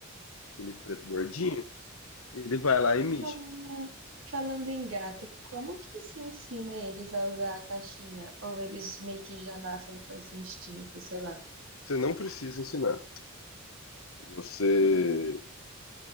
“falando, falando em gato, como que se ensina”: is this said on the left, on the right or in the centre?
Right